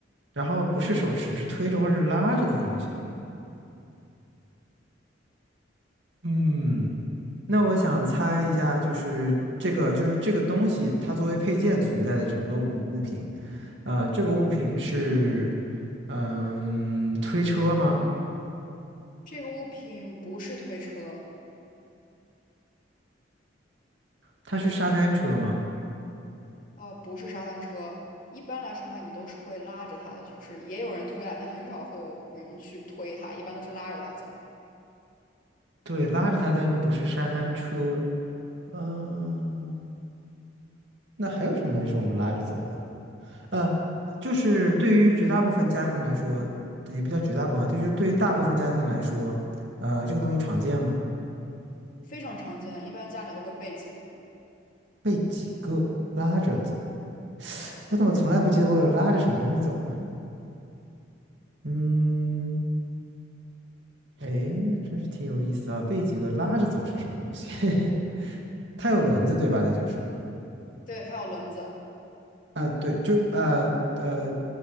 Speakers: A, on the right; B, on the left.
A: 然后不是手持，是推着或者拉着的东西。嗯，那我想猜一下，就是这个，就是这个东西，它作为配件存在的整个物物品，呃，这个物品是，嗯，推车吗？
B: 这个物品不是推车，
A: 它是沙滩车吗？
B: 呃，不是沙滩车。一般来说的话，你都是会拉着它的，就是也有人推啊，但很少会有人去推它，一般都是拉着它走，
A: 对，拉着它，但是不是沙滩车。嗯、那还有什么东西是我们拉着走的？呃，就是对于绝大部分家庭来说，也不叫绝大部分啊，就是对于大部分家庭来说，呃，这个东西常见吗？
B: 非常常见。一般家里面都会备几个。
A: 被几个拉着走。我怎么从来不记得我有拉着什么东西走呢？嗯，哎，那真是挺有意思啊。被几个拉着走是什么东西？<laughs> 它有轮子对吧？那就是
B: 对，它有轮子。
A: 啊、对，就呃呃，